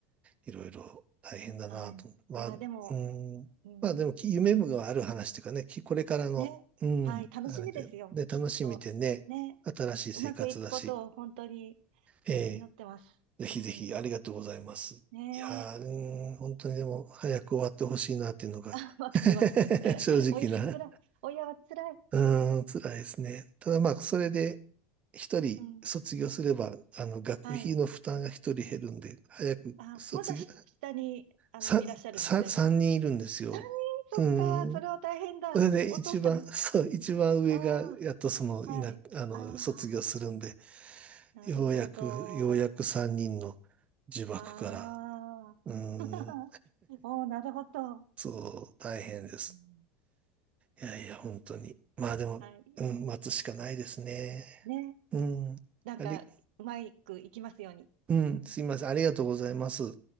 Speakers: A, on the right; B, on the right.
A: いろいろ大変だなと。
B: はい。
A: まあ、
B: いや、でも、
A: うん、
B: うん。
A: まあでも、き夢がある話というかね、きこれからの、
B: ね。
A: うん、
B: はい。楽しみですよ。
A: あれで、で、楽しみでね、
B: きっと。ね。
A: 新しい生活だし、
B: うまくいくことを本当に
A: ええ
B: 祈ってます。
A: ぜひぜひありがとうございます。
B: うん。ねえ。
A: いやー、うん、本当にでも、早く終わってほしいなっていうのが
B: <laughs> わかります。
A: <laughs>
B: <laughs>
A: 正直な。
B: 親辛い。親は辛い。
A: うーん、辛いですね。ただまあ、それで、一人卒業すれば、
B: うん。
A: あの、学費の負担が一人減るんで、
B: はい。
A: 早く卒業、
B: あ、まだし下に、あの、
A: さ、
B: いらっしゃるんですね、
A: さ、三人いるんですよ。
B: じゃあ。3人、そっか、
A: う
B: それは大変だ。
A: ん。それで一番、
B: お父さん。
A: <laughs> そう、一番上が、
B: あ
A: やっとその、
B: あ、
A: いな、
B: はい。
A: あの、
B: ああ、
A: 卒業するんで、
B: なるほど。
A: ようやく、ようやく三人の呪縛から、
B: ああ。
A: う
B: <laughs>
A: ん、
B: おー、なるほど。
A: そう、大変です。
B: なうん
A: いやいや、本当に。まあでも、
B: はい。
A: うん、待つしかないですね。
B: ね。
A: うん。
B: なんか、
A: あり、
B: うまくいきますように。
A: うん、すいません。ありがとうございます。